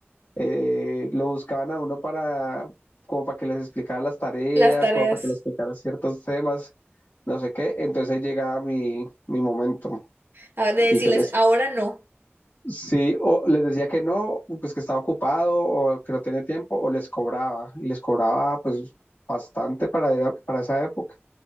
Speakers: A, on the left; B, on the right.
A: eh, lo buscaban a uno para, como para que les explicara las tareas,
B: Las tareas.
A: como para que les explicara ciertos temas, no sé qué. Entonces ahí llegaba mi, mi momento
B: Ah, de decirles,
A: y yo les
B: ahora no.
A: Sí, o les decía que no, pues que estaba ocupado o que no tenía tiempo, o les cobraba, y les cobraba pues bastante para, era- para esa época,